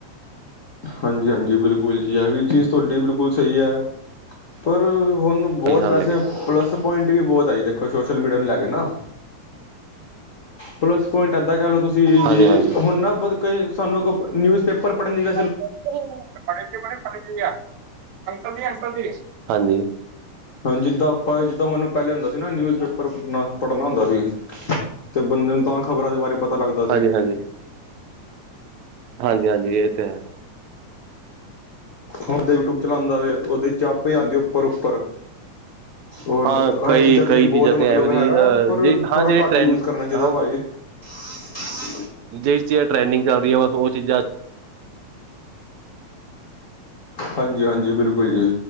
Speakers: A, on the left; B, on the right.
A: ਹਾਂਜੀ -ਹਾਂਜੀ ਬਿਲਕੁਲ ਜੀ ਇਹ ਵੀ ਚੀਜ਼ ਤੁਹਾਡੀ ਬਿਲਕੁਲ ਸਹੀ ਹੈ, ਪਰ ਹੁਣ ਬਹੁਤ
B: ਲਈ ਸਾਨੂੰ
A: ਵੈਸੇ
B: ਲੈ ਕੇ
A: ਪਲੱਸ ਪਲਸ ਪੁਆਇੰਟ ਵੀ ਬਹੁਤ ਆ ਜੀ ਦੇਖੋ ਸੋਸ਼ਲ ਮੀਡੀਆ ਨੂੰ ਲੈ ਕੇ ਨਾ ਪਲੱਸ ਪੁਆਇੰਟ ਇੱਦਾਂ ਕਹਿ ਲਓ ਤੁਸੀਂ ਜੀ,
B: ਹਾਂਜੀ ਹਾਂਜੀ
A: ਹੁਣ ਨਾ ਬ ਕੋਈ ਸਾਨੂੰ ਨਿਊਜ਼ ਪੇਪਰ ਪੜ੍ਹਨ ਦੀ ਗ
B: ਬਣੇ ਹਾਂਜੀ
A: ਹਾਂਜੀ ਜਿੱਦਾਂ ਆਪਾਂ ਜਿੱਦਾਂ ਹੁਣ ਪਹਿਲੇ ਹੁੰਦਾ ਸੀ ਨਾ ਨਿਊਜ਼ ਪੇਪਰ ਪੜਨਾ ਪੜ੍ਹਨਾ ਹੁੰਦਾ ਸੀ ਤੇ ਬੰਦੇ ਨੂੰ ਤਾਂ ਖ਼ਬਰਾਂ ਦੇ ਬਾਰੇ ਪਤਾ ਲੱਗਦਾ
B: ਹਾਂਜੀ
A: ਸੀ
B: ਹਾਂਜੀ ਹਾਂਜੀ- ਹਾਂਜੀ ਇਹ ਤੇ ਹੈ
A: ਹੁਣ ਯੂਟਿਊਬ ਚਲਾਉਂਦਾ ਵ, ਉਹਦੇ ਚ ਆਪੇ ਆਉਂਦੇ ਉੱਪਰ- ਉਪਰ ਉਹ
B: ਹਾਂ ਕਈ
A: ਇਹ ਚੀਜ਼ਾਂ ਤੇ
B: ਕਈ
A: ਵੀ ਬਹੁਤ ਮਤਲਬ
B: ਤੇ ਐਵੇਂ ਦੀ
A: ਹੈਗਾ,
B: ਅਹ
A: ਪਰ
B: ਜੇ
A: ਥੋੜਾ
B: ਹਾਂ ਜਿਹੜੀ
A: ਘੱਟ
B: ਟਰੈਂਡ
A: ਯੂਜ ਕਰਨਾ ਚਾਹੀਦਾ
B: ਹਾਂ
A: ਭਾਜੀ ਹਮ
B: ਜਿਸ ਚੀਜ਼ ਟਰੇਡਿੰਗ ਚੱਲ ਰਹੀ ਹੈ ਬ ਉਹ ਚੀਜ਼ਾਂ
A: ਹਾਂਜੀ, ਹਾਂਜੀ ਬਿਲਕੁਲ ਜੀ